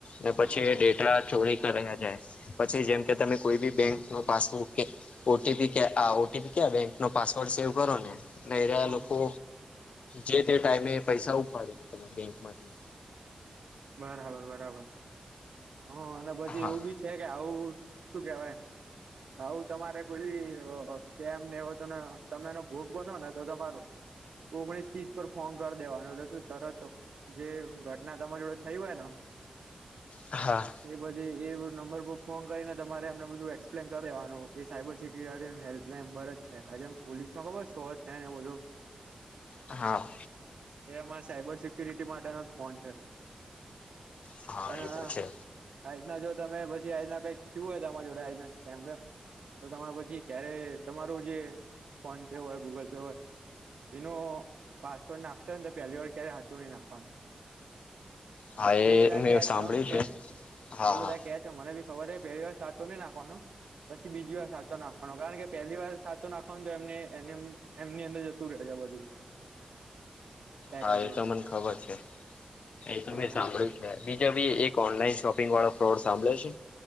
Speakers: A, on the left; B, on the right.
A: ને પછી
B: હા હા
A: ડેટા ચોરી કર્યા જાય. પછી જેમ કે તમે કોઈ બી બેંક ન પાસબુક કે ઓટીપી કે આ ઓટીપી ક્યા બેંક નો પાસવર્ડ સેવ કરો ને એટલે
B: હા
A: એ લોકો
B: હા
A: જે તે ટાઈમે પૈસા ઉપાડી દે તમા બેંકમાંથી.
B: બરાબર બરાબર હ અને પછી
A: હા
B: એવું બી છે કે આવું શું કેવાય હું તમારે કોઈ બી કેમ ને હોય તો ને તમે એનો ભોગ બનો ને તો તમારૂ ઓગણીસ ત્રીસ પર ફોન કરી દેવાનું તું તરત જે ઘટના તમારી જોડે થઈ હોય ન.
A: હા.
B: એ બધી એ નંબર પર ફોન કરીને તમારે એમને બધું એક્સપ્લેન કરી દેવાનું એ સાયબર સિક્યુરિટી હેલ્પ એલે <unintelligible> નમ્બર જ છે આજે પોલીસ નો ખબર સો છે ને એ બધું
A: હા.
B: એ અમારા સાયબર સિક્યુરિટી માટેનો જ ફોન છે.
A: હા
B: અને
A: એ તો છે
B: આના જો તમે પછી આના કઈક થયું હોય તમારા જોડે આના સકેમ તો તમારે પછી ક્યારે તમારું જે ફોન પે હોય, ગૂગલ પે હોય એનો પાસવોર્ડ નાખતો ને તો પહેલી વાર ક્યારે હાચું નહી નાખવાનું.
A: હા એ
B: એવું બધા
A: મેં
B: કે
A: સાંભળ્યું
B: છે કે
A: હા
B: એવું
A: હા
B: બધા કે મને બી ખબર છે પહેલી વાર સાચું નહી નાખવાનું પછી બીજી વાર સાચો નાખવા. કારણ કે પહેલી વાર સાચો નાખવા તો એમ એમની અંદર જતું રહે છે બધું. ટેકર
A: હા
B: જોડે
A: એ તો મને ખબર છે એ તો મેં
B: હ
A: સાંભળ્યું. બીજો ભી એક ઓનલાઈન શોપિંગ વાળો ફ્રોડ સાંભળ્યો છે.